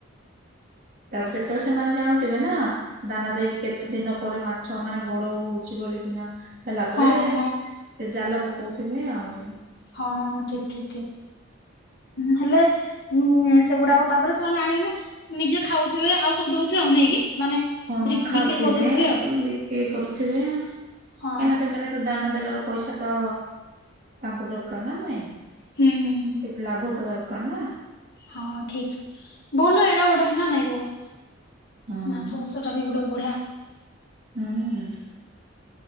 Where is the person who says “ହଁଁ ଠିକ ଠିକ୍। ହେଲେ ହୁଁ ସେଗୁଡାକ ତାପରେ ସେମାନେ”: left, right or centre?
Left